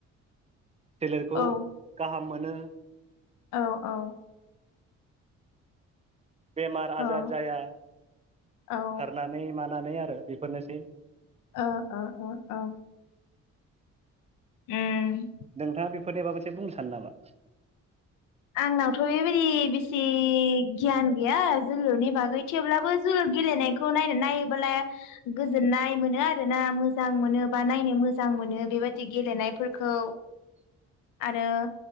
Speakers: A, on the right; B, on the left.
A: सोलेरखौ
B: औ
A: गाहाम मोनो
B: औ औ
A: बेमार आजार
B: ओ
A: जाया
B: ओ
A: खारनानै मानानै आरो बेफोरनोसै
B: अ अ अ उम
A: नोंथाङा बेफोरनिबाबा मोनसे बुंनो सानो नामा
B: आंनावथ' बेबायदि बेसे गियान गैया जोलुरनि बागै थेवब्लाबो जोलुर गेलेनायखौ नायनो नायोबोला गोजोननाय मोनो आरोना मोजां मोनो बा नायनो मोजां मोजां मोनो बेबायदि गेलेनायफोरखौ
A: <unintelligible> टॅ
B: आरो